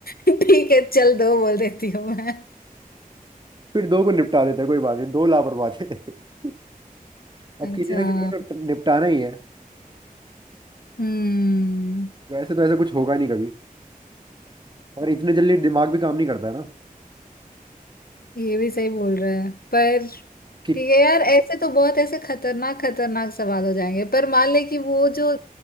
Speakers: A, on the left; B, on the right.
A: ठीक है चल दो बोल देती हूँ मैं
B: फिर दो को निपटा देते कोई बात नहीं दो लापरवाह थे <laughs> अब
A: अच्छा
B: किसी ना किसी को निपटाना ही है
A: हम्म
B: वैसे तो ऐसा कुछ होगा नहीं कभी और इतने जल्दी दिमाग भी काम नहीं करता है ना
A: ये भी सही बोल रहा है पर
B: कि
A: ठीक है यार ऐसे तो बहुत ऐसे खतरनाक खतरनाक सवाल हो जाएंगे पर मान ले कि वो जो